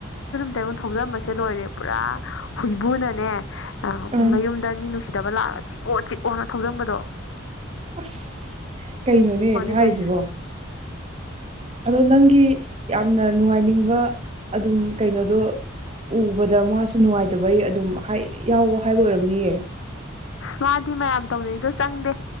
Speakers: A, on the left; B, on the right.
A: ꯇꯉꯣ ꯊꯧꯖꯕꯁꯦ ꯂꯣꯏꯔꯦ ꯄꯨꯔꯥ ꯍꯨꯏꯕꯨꯅꯅꯦ ꯃꯌꯨꯝꯗ
B: ꯑꯥ
A: ꯃꯤ ꯅꯨꯡꯁꯤ ꯁꯤꯗꯕ ꯂꯥꯛꯑ ꯆꯤꯛꯑꯣ ꯆꯤꯛꯑꯣ ꯍꯥꯏꯅ ꯊꯧꯖꯪꯕꯗꯣ
B: ꯑꯁ ꯀꯩꯅꯣꯅꯦ ꯊꯥꯔꯤꯁꯤꯕꯣ
A: ꯇꯧꯏꯁꯦ
B: ꯑꯗꯣ ꯅꯪꯒꯤ ꯌꯥꯝꯅ ꯅꯨꯡꯉꯥꯏꯅꯤꯡꯕ ꯑꯗꯨꯝ ꯀꯩꯅꯣꯗꯣ ꯎꯕꯗ ꯃꯥꯁꯨ ꯅꯨꯡꯉꯥꯏꯇꯕꯩ ꯑꯗꯨꯝ ꯌꯥꯎꯕ ꯍꯥꯏꯕ ꯑꯣꯏꯔꯝꯅꯤꯌꯦ
A: ꯃꯥꯗꯤ ꯃꯌꯥꯝ ꯇꯧꯅꯩꯗꯣ ꯆꯪꯗꯦ